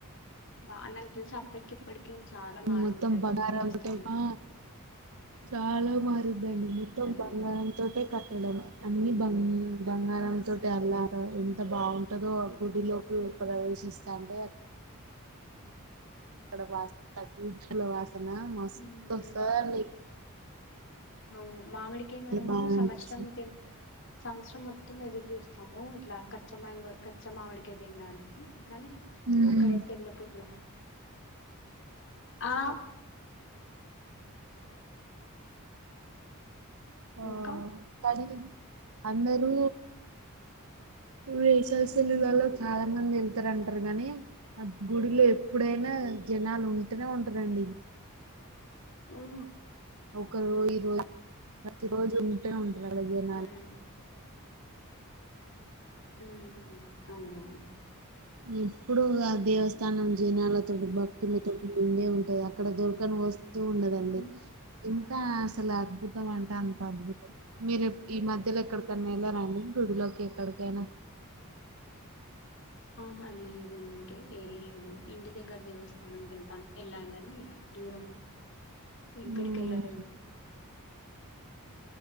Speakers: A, on the left (about 55°); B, on the right (about 75°).
A: బా అ నాకు తెలిసి అప్పటికి ఇప్పటికి చాలా మారుంటది
B: మొత్తం బంగారం
A: దేవస్థానం
B: తొట్టెగా చాలా మారిందండి
A: ఉమ్
B: మొత్తం
A: అదే
B: బంగారంతోటె
A: అదే
B: క పెట్టడం అన్ని బంగా బంగారం
A: ఉమ్
B: తోటే అలా ఎంత బాగుంటందో ఆ గుడిలోకి ప్రవేశిస్తా అంటే ఇక్కడస్త వాస్త ఓకేనా మస్
A: ఉమ్,
B: వస్తాదాది
A: అవును మామిడికే మనము
B: బాగా
A: సంవత్సరం
B: అనిపిస్తుంది
A: తిన్ సంవత్సరం మొత్తం ఎదురు చూస్తాము ఇట్లా కచ్చ మ్యాంగో కచ్చా మామిడికాయ తినడానికి కానీ
B: ఉమ్.
A: అక్కడైతే ఎల్లప్పుడు ఆ
B: ఆ
A: ఇంకా
B: కానీ అందరూ వేసవి సెలవలలో చాలా మంది వెళ్తారుంటారు కాగానీ ఆ గుడిలో ఎప్పుడైనా జనాలు ఉంటేనే ఉంటారంండి
A: ఓహ
B: ఒకరు ఈ రోజ ప్రతిరోజు ఉంటే ఉంట అలాగే నా
A: ఉమ్ హుమ్ అవును
B: ఎప్పుడు కాదు దేవస్థానం
A: ఉమ్
B: జనాలతోటి భక్తులతో ఉండే ఉంటది అక్కడ దొరకని వస్తు క్యూ ఉండదండి
A: ఉమ్,
B: ఎంత అసలు అద్భుతం అంటే అంత అద్భుతం మీరు ఈ మధ్యలో ఎక్కడికన్నా వెళ్ళారండి గుడిలోకి ఎక్కడికైనా
A: ఆహ్ లేద్ లేదు అండి ఇంకేల్లేదు ఇంటి దగ్గర దేవస్థాం వెళ్తాము ఏలా కానీ దూరం ఇంక్కడికి
B: మ్మ్
A: వెళ్ళలేదు